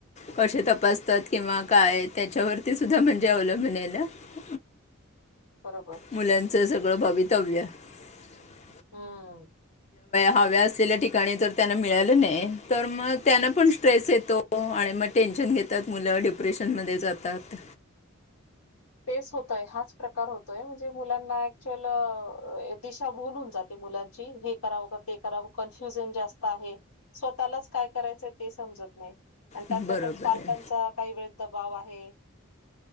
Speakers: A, on the left (about 30°); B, on the left (about 90°).
A: कसे तपासतात किंवा काय त्याच्यावरती सुद्धा म्हणजे अवलंबून असतात. म्ह ना <unintelligible>
B: बरोबर
A: मुलांचं सगळं भवितव्य <unintelligible>
B: हम्म
A: हव्या असले ठिकाणी त्यांना मिळालं नाही तर. त्यांना पण स्ट्रेस येतो हो आणि मग टेन्शन घेतात मुलं डिप्रेशन मध्येजातात
B: <unintelligible> पेस होतय हाच प्रकार होतोय म्हणजे मुलांना ऍक्च्यअल दिशा भूलून जाते <unintelligible> क करा क्युत स्वतःलाच काय करायच सम <unintelligible> त्यात
A: बरोबर
B: पालकांचा
A: आहे
B: दबाव दबाव आहे.